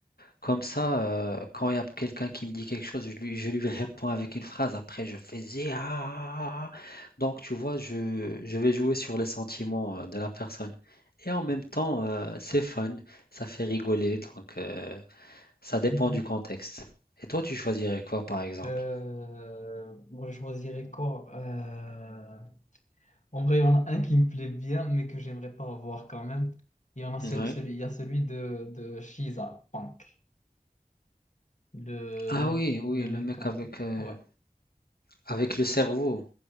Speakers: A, on the left; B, on the left.
A: Comme ça, euh, quand il y a quelqu'un qui me dit quelque chose, je lui, je lui réponds avec une phrase, après je fais zia. Donc tu vois, je, je vais jouer sur les sentiments euh, de la personne. Et en même temps, euh, c'est fun, ça fait rigoler, donc euh, ça dépend
B: <laughs>
A: du contexte. Et toi, tu choisirais quoi par exemple?
B: Euh, moi, je choisirais quoi? Euh, en vrai, il y en a un qui me plaît bien, mais que j'aimerais pas avoir quand même. Il y en a celui,
A: Ouais.
B: celui- il y a celui de, de Shiza Punk. Le
A: Ah
B: mec,
A: oui, oui,
B: le
A: le
B: mec
A: mec
B: en...
A: avec, euh,
B: Ouais.
A: avec le cerveau.